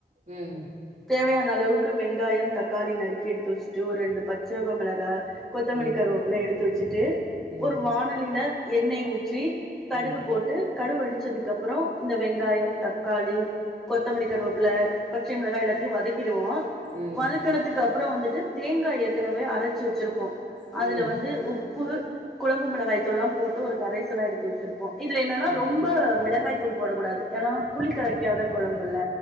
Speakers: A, on the right; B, in the centre.
A: ம்
B: தேவையான அளவுக்கு வெங்காயம் தக்காளி நறுக்கி எடுத்து வச்சுட்டு ஒரு ரெண்டு பச்சக மெளகா கொத்தமல்லி
A: ம்
B: கருவேப்புல எடுத்து வச்சுட்டு
A: ம்
B: ஒரு வானலில எண்ணெய் ஊற்றி கடுகு
A: ம்
B: போட்டு கடுகு வெடிச்சதுக்கு அப்புற இந்த வெங்காய தக்காளி கொத்தமல்லி கருவேப்புல பச்சை மிளகா எல்லாத்தையு வதக்கிடுவோ
A: ம்
B: வதக்கனதுக்கு அப் அப்புற வந்துட்டு தேங்கா ஏற்கனவே அரச்சு வச்சிருப்போ
A: ம்
B: அதுல வந்து உப் ப்பு குழம்பு மிளகாய் தூள்ல்லா போட்டு ஒரு கரைசல்லா எடுத்து வச்சிருப்போ இதுல என்னன்னா
A: ம்
B: ரொம்ப மிளகாய் தூள் போடக்கூடாது ஏன்னா புளி கலைக்காத குழம்புல்ல